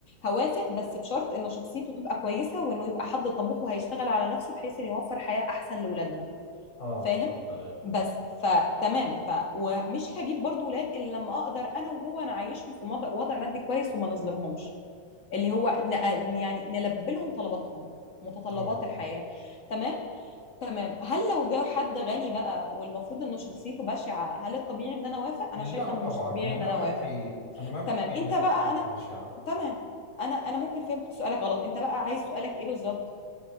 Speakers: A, on the left; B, on the left.
A: هوافق بس بشرط ان شخصيته تبقى كويسه وانه يبقى حد طموح وهيشتغل على نفسه بحيث انه يوفر حياه احسن لاولادنا
B: اه
A: فاهم
B: فهمت
A: اه
B: عليك
A: بس فتمام ف ومش هجيب برضو ولاد الا لما اقدر انا وهو نعيشهم في مض- وضع مادي كويس وما نظلمهمش اللي هو ن- يعني نلبي لهم طلباتهم متطلبات
B: اه
A: الحياة تمام تمام هل لو جه حد غني بقى والمفروض انه شخصيته بشعة هل الطبيعي ان انا اوافق
B: لا
A: انا شايفة
B: طبعا
A: انه مش طبيعي
B: انا
A: ان
B: ما
A: انا
B: بحكي
A: اوافق
B: انا ما بحكي
A: تمام انت
B: انه شخصيتي
A: بقى انا
B: بشعة
A: تمام انا انا ممكن فهمت سؤالك غلط انت بقى عايز سؤالك ايه بالظبط